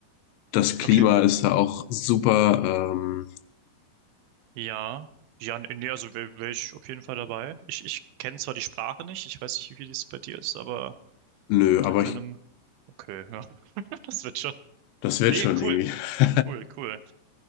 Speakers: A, on the left; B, on the right.
A: das Klima
B: Okay.
A: ist da auch super. Ähm,
B: Ja. Ja, nee, also wäre wär wär ich auf jeden Fall dabei. Ich, ich kenne zwar die Sprache nicht, ich weiß nicht, wie das bei dir ist, aber.
A: nö,
B: Da
A: aber
B: können.
A: ich,
B: Okay, ja, <laughs> das wird schon.
A: das
B: Nee,
A: wird schon irgendwie.
B: cool,
A: <laughs>
B: cool, cool.